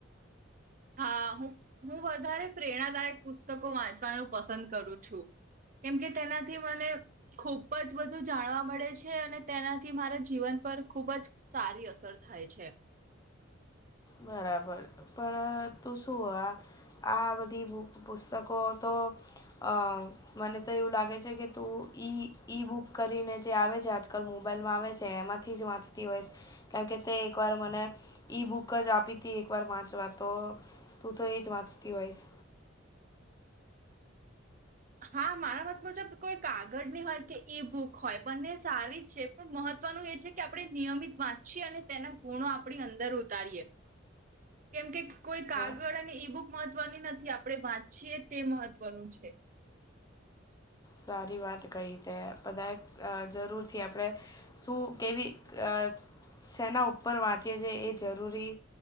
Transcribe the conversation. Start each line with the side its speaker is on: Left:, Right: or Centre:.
Right: હા હું હું વધારે પ્રેરણાદાયક પુસ્તકો વાંચવાનું પસંદ કરું છું. કેમ કે તેનાથી મને ખૂબ જ બધું જાણવા મળે છે અને તેનાથી મારા જીવન પર ખૂબ જ સારી અસર થાય છે.
Left: બરાબર. પણ તું શું આ આ બધી બૂ પુસ્તકો તો અ મને તો એવું લાગે છે કે તું ઈ ઈ બુક કરીને જે આવે છે. આજકલ મોબાઈલમાં આવે છે એમાં થી જ વાંચતી હોઈશ. કેમ કે તે એક વાર મને ઈ બુ ક જ આપીતી એક વાર વાંચવા. તો તું તો એ જ વાંચતી હોઈશ.
Right: હા મારા મત મુજબ કોઈ કાગળની હોય કે એ બુક હોય બંને સારી જ છે. પણ મહત્વનું એ છે કે આપણે નિયમિત વાંચીએ અને તેના ગુણો આપણી અંદર ઉતારીએ. કેમ કે કોઈ કાગળ
Left: અ
Right: અને ઈ બુક મહત્વની નથી, આપણે વાંચીએ તે મહત્વનું છે.
Left: સારી વાત કહી તે. બધાએ અ જરૂરથી આપણે શું કેવી અ શેના ઉપર વાંચીએ છીએ એ જરૂરી